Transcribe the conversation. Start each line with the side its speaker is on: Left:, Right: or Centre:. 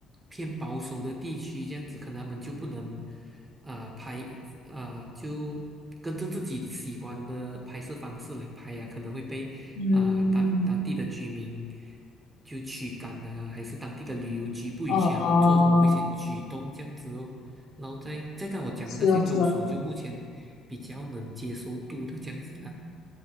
Right: 偏保守的地区，这样子可能他们就不能啊、拍啊、就跟着自己喜欢的拍摄方式来拍呀、可能会被啊、
Left: <laughs> 嗯，
Right: 当当地的居民就驱赶啊，还是当地的旅游局不允许他们做某一些举动这样子哦。
Left: 哦，
Right: 然后再再看我讲的那些州属，
Left: 是哦是哦，
Right: 就目前比较能接受度的这样子啊。